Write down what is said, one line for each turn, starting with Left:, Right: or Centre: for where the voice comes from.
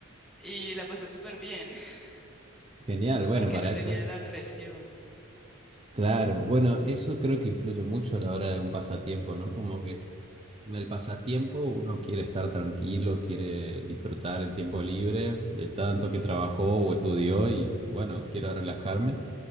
Centre: y la pasé súper bien, <laughs>
Right: Genial, bueno,
Centre: porque
Right: para
Centre: no tenía
Right: eso es.
Centre: la presión.
Right: Claro, bueno, eso creo que influye mucho a la hora de un pasatiempo, ¿no? Como que en el pasatiempo uno quiere estar tranquilo, quiere disfrutar el tiempo libre de tanto
Centre: sí.
Right: que trabajó o estudió y bueno, quiero relajarme.